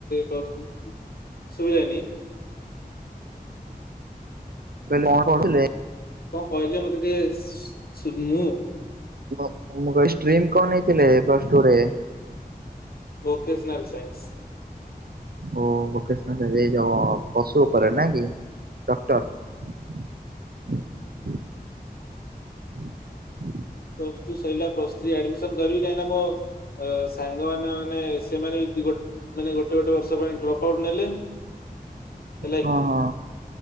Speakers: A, on the left (about 70°); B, on the right (about 70°).
A: ପ୍ଲସ ସୁଵିଲାନି।
B: ମାନେ କଣ ପଢୁଥିଲେ?
A: କଣ କହିଲେ ମତେ ଟିକେ ସୁବି ମୁଁ
B: ବ ମୁଁ କହିଲି ଷ୍ଟ୍ରିମି କଣ ନେଇଥିଲେ ପ୍ଲସ ଟୁ ରେ।
A: Vocational science.
B: ଓ ଭୋକେସେନାଲ ଏଇ ଜବ ପଶୁ ଉପରେ ନା କି। ଡକ୍ଟର। ହୁଁ ହୁଁ ହୁଁ ହୁଁ ହୁଁ।
A: ପ୍ଲସ ଟୁ ସରିଲା ପ୍ଲସ୍ ଟ୍ରୀ ଆଡମିଶନ କରିବି କାହିଁକି ନା ମଁ ଅ ସାଙ୍ଗମାନେ ମାନେ ସେମାନେ ଇ ଗୋଟେ ଗୋଟେ ବର୍ଷ ପାଇଁ ଡ୍ରପ୍ ଆଉଟ୍ ନେଲେ
B: <unintelligible>
A: ହେଲା କି।
B: ହଁ